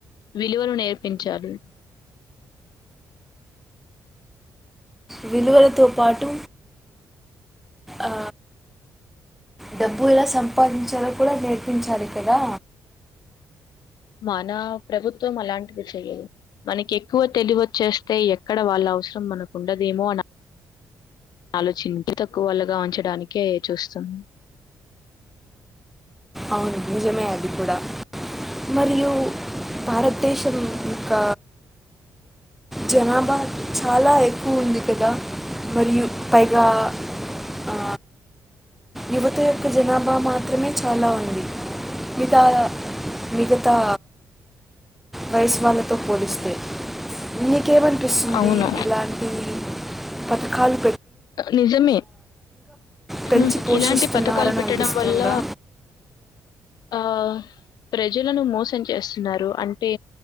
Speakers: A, on the left; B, in the centre.
A: విలువలు నేర్పించాలి
B: విలువలతో పాటు ఆ డబ్బు ఎలా సంపాదించాలో కూడా నేర్పించాలి కదా
A: మన ప్రభుత్వం అలాంటివి చెయ్యవు మనకి ఎక్కువ తెలివి వచ్చేస్తే ఎక్కడ వాళ్ళ అవసరం మనకుండదేమో అనాలోచించ <unintelligible> తక్కువ వాళ్ళగా ఉంచడానికే చూస్తున్
B: అవును నిజమే అది కూడా మరియు భారతదేశం యొక్క జనాభా చాలా ఎక్కువుంది కదా మరియు పైగా ఆ యువత యొక్క జనాభా మాత్రమే చాలా ఉంది మీతా మిగతా వయసు వాళ్ళతో పోలిస్తే నీకేమనిపిస్తుంది
A: అవును.
B: ఇలాంటి పతకాలు
A: నిజమే
B: పెంచి
A: హ్మ్
B: పోషిస్తున్నారని
A: ఇలాంటి పతకాలు పెట్టడం
B: అనిపిస్తుందా
A: వల్ల ఆ ప్రజలను మోసం చేస్తున్నారు అంటే